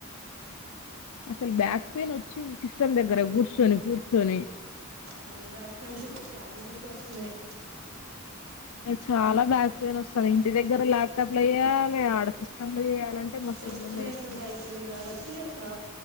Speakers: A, on the left (about 80°); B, on the right (about 65°).
A: అసలు బ్యాక్ పెయిన్ వచ్చింది సిస్టమ్ దగ్గర కూర్చొని కూర్చొని
B: అ బ్యాక్ పెయిన్స్ ఇప్పుడు చాలా మందికి వస్తున్నాయి
A: చాలా బ్యాక్ పెయిన్ వస్తుంది ఇంటి దగ్గర లాప్టాప్ లా చేయాలే ఆడ సిస్టమ్లు చేయాలంటే మస్తు
B: రెస్ట్
A: ఇబ్బంది
B: లేకుంటా
A: అవుతుంది
B: అయితుంది కాబట్టి ఇగ ఆ